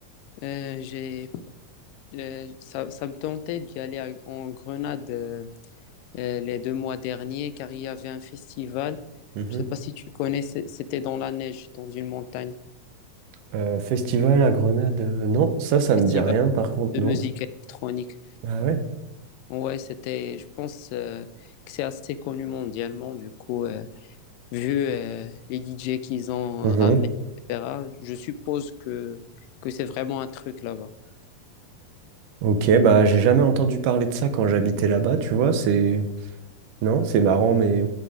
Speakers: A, on the left; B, on the right.
A: euh, j'ai, euh, ça, ça me tentait d'y aller à- en Grenade euh, euh, les deux mois derniers car il y avait un festival.
B: Mhm.
A: Je sais pas si tu connais, c'est- c'était dans la neige, dans une montagne.
B: Euh, festival à Grenade, euh, non, ça, ça ne
A: Festival
B: dit rien par contre,
A: de
B: non.
A: musique électronique.
B: Ah ouais?
A: Ouais, c'était, je pense euh, que c'est assez connu mondialement, du coup, euh, vu euh, les DJ qu'ils ont
B: Mhm.
A: ramenés, etc., je suppose que, que c'est vraiment un truc là-bas.
B: Ok, bah j'ai jamais entendu parler de ça quand j'habitais là-bas, tu vois, c'est... Non, c'est marrant, mais...